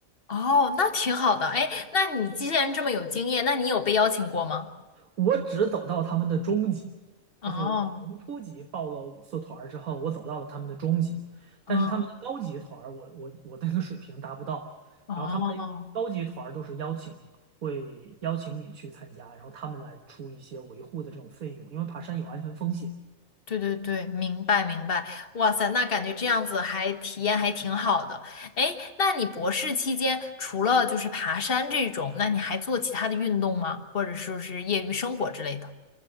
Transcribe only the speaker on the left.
哦，那挺好的。哎，那你既然这么有经验，那你有被邀请过吗？
哦，
嗯，
哦，
对对对，明白明白。哇塞，那感觉这样子还体验还挺好的。哎，那你博士期间除了就是爬山这种，那你还做其他的运动吗？或者说是业余生活之类的？